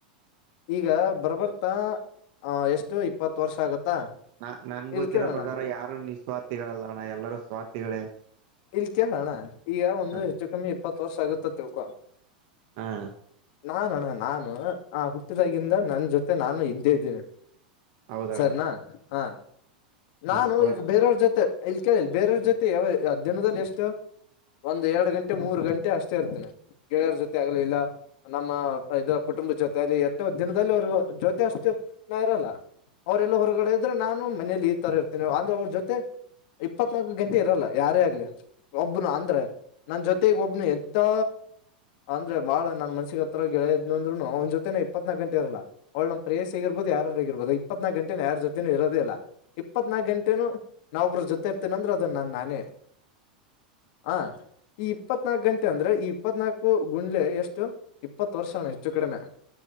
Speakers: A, on the left; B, on the right.
A: ಈಗ ಬರ ಬರ್ತಾ ಎಷ್ಟು ಇಪ್ಪತ್ತು ವರ್ಷ ಆಗತ್ತಾ.
B: ನಾ ನನ್
A: ಇಲ್
B: ಗೊತ್ತಿರೋ
A: ಕೇಳೋಣ
B: ಪ್ರಕಾರ ಯಾರು ನಿಸ್ವಾರ್ಥಿಗಳಲ್ಲಣ್ಣ ಎಲ್ಲರೂ ಸ್ವಾರ್ಥಿಗಳೇ
A: ಇಲ್ತ ಕೆಳ ಅಣ್ಣ ಈಗ ಒಂದು
B: ಹ
A: ಹೆಚ್ಚು ಕಮ್ಮಿ ಇಪ್ಪತ್ತು ವರ್ಷ ಆಗುತ್ತ ತಿಳ್ಕೊ
B: ಹಾ ಅಣ್ಣ
A: ನಾನ ಅಣ್ಣ ನಾನು ಆ ಹುಟ್ಟಿದಾಗಿಂದ ನನ್ ಜೊತೆ ನಾನು ಇದ್ದೇ ಇದ್ದೀನಿ
B: ಹೌದಣ್ಣ
A: ಸರಿನಾ ಹಾ ನಾನು
B: ನಿಸ್ವಾರ್ಥಿ
A: ಈಗ ಬೇರೆಯವ್ರ ಜೊತೆ ಇಲ್ಲಿ ಕೇಳಿಲ್ಲ ಬೇರೆಯ್ರ ಜೊತೆ ಯಾವ ದಿನದಲ್ಲಿ ಎಷ್ಟು ಒಂದ್ ಎರಡ್ ಗಂಟೆ ಮೂರು ಗಂಟೆ ಅಷ್ಟೇ ಇರ್ತನೆ ಗೆಳೆಯರ ಜೊತೆ ಆಗ್ಲ ಇಲ್ಲ ನಮ್ಮ ಇದ ಕುಟುಂಬ ಜೊತೆ ಅಲ್ಲಿ ಎಷ್ಟೋ ದಿನದಲ್ಲಿ ಅವರು ಜೊತೆ ಅಷ್ಟು ನಾ ಇರಲ್ಲ. ಅವರೆಲ್ಲ ಹೊರಗಡೆ ಇದ್ರೆ ನಾನು ಮನೇಲಿ ಈ ತರ ಇರ್ತೇನೆ ಅಂದ್ರೆ ಅವ್ರ ಜೊತೆ ಇಪ್ಪತ್ನಾಲ್ಕು ಗಂಟೆ ಇರಲ್ಲ ಯಾರೇ ಆಗ್ಲಿ ಒಬ್ನು ಅಂದ್ರೆ ನನ್ ಜೊತೆಗ ಒಬ್ನು ಎತ್ತೋ ಅಂದ್ರೆ ಬಾಳ ನನ್ ಮನ್ಸಿಗೆ ಹತ್ರ ಗೆಳೆಯ ಇದ್ರುನು ಅವ್ ಜೊತೆನೆ ಇಪತ್ನಾಕ ಗಂಟೆ ಇರಲ್ಲ. ಅವಳ್ ನಮ್ ಪ್ರೇಯಸಿ ಆಗಿರಬೋದ ಯಾರರ ಆಗಿರ್ಬೋದ ಇಪ್ಪತ್ನಾಕ ಗಂಟೆ ಯಾರ ಜೊತೆಲಿ ಇರೋದಿಲ್ಲ ಇಪ್ಪತ್ನಾಕ್ ಗಂಟೆನು ನಾವ ಒಬ್ರ ಜೊತೆ ಇರ್ತೇನ ಅಂದ್ರೆ ಅದನ್ನ ನಾ ನಾನೇ ಹ ಈ ಇಪ್ಪತ್ನಾಕ ಗಂಟೆ ಅಂದ್ರೆ ಈ ಇಪ್ಪತ್ನಾಕು ಗುಂಡ್ಲೆ ಎಷ್ಟು ಇಪ್ಪತ್ತು ವರ್ಷ ಅಣ್ಣ ಹೆಚ್ಚು ಕಡಿಮೆ